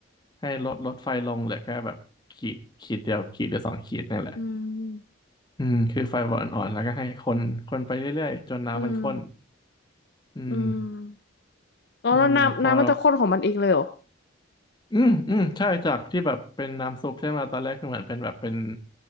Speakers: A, on the left; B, on the left.
A: ให้ลดลดไฟลงเหลือแค่แบบขีดขีดเดียวขีดหรือสองขีดนี่แหละ
B: อืม
A: อืมคือไฟอ่อนๆแล้วก็ให้คนคนไปเรื่อยๆจนน้ำมันข้น
B: อืม
A: อืม
B: อืมอ๋อแล้วน้ำน้ำมันจะข้นของมันเองเลยเหรอ
A: อืมพออืมอืมใช่จากที่แบบเป็นน้ำซุปใช่ไหมตอนแรกคือเหมือนเป็นแบบเป็น